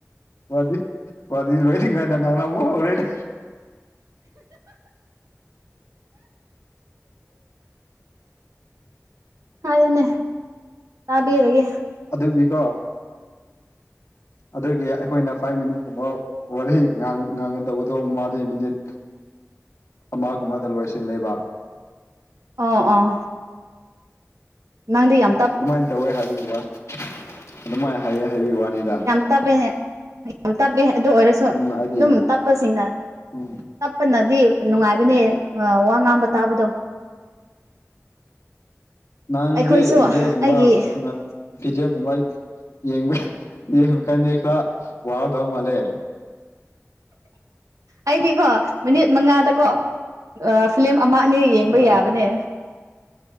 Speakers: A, on the left (about 65°); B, on the right (about 75°).
A: ꯋꯥꯗꯤ ꯋꯥꯔꯤ ꯂꯣꯏꯅꯤꯉꯥꯏꯗ ꯅꯪꯅ ꯑꯃꯨꯛ ꯍꯧꯔꯦꯅꯦ
B: ꯍꯥꯏꯌꯣꯅꯦ ꯇꯥꯕꯤꯔꯒꯦ
A: ꯑꯗꯨꯒꯤꯀꯣ ꯑꯗꯨꯒꯤ ꯑꯩꯈꯣꯏꯅ ꯐꯥꯏꯚ ꯃꯤꯅꯤꯠ ꯀꯨꯝꯕ ꯋꯥꯔꯤ ꯉꯥꯡ ꯉꯥꯡꯒꯗꯧꯕꯗꯣ ꯃꯥꯗꯤ ꯃꯤꯅꯤꯠ ꯑꯃꯒꯨꯝꯕꯗ ꯂꯣꯏꯁꯤꯜꯂꯦꯕ
B: ꯑꯣ ꯑꯣ ꯅꯪꯗꯤ ꯌꯥꯝ ꯇꯞ
A: ꯑꯗꯨꯃꯥꯏꯟ ꯇꯧꯋꯦ ꯍꯥꯏꯕꯒꯤ ꯋꯥꯅꯤ ꯑꯗꯨꯃꯥꯏ ꯍꯥꯏꯌꯦ ꯍꯥꯏꯕꯒꯤ ꯋꯥꯅꯤꯗ
B: ꯇꯞꯕꯦꯅꯦ ꯌꯥꯝ ꯇꯞꯕꯦ ꯑꯗꯨ ꯑꯣꯏꯔꯁꯨ
A: ꯎꯝ ꯑꯩꯗꯤ
B: ꯗꯨꯝ
A: ꯌꯥꯝ
B: ꯇꯞꯄꯁꯤꯡꯅ
A: ꯎꯝ
B: ꯇꯞꯄꯅꯗꯤ ꯅꯨꯉꯥꯏꯕꯅꯦ ꯑꯥ ꯋꯥ ꯉꯥꯡꯕ ꯇꯥꯕꯗꯣ
A: ꯅꯪꯗꯤ
B: ꯑꯩꯈꯣꯏꯁꯨ
A: ꯚꯗꯤꯑꯣꯒꯨꯝꯕ
B: ꯑꯩꯒꯤ
A: ꯑ ꯚꯤꯗꯤꯑꯣ ꯀꯨꯝꯃꯥꯏ ꯌꯦꯡꯕ ꯌꯦꯡꯕ ꯀꯥꯟꯗꯤ ꯈꯔ ꯋꯥꯒꯗꯕ ꯃꯥꯜꯂꯦ
B: ꯑꯩꯗꯤꯀꯣ ꯃꯤꯅꯤꯠ ꯃꯉꯥꯗꯀꯣ ꯑꯥ ꯐꯤꯂꯤꯝ ꯑꯃ ꯑꯅꯤ ꯌꯦꯡꯕ
A: ꯑꯥ
B: ꯌꯥꯕꯅꯦ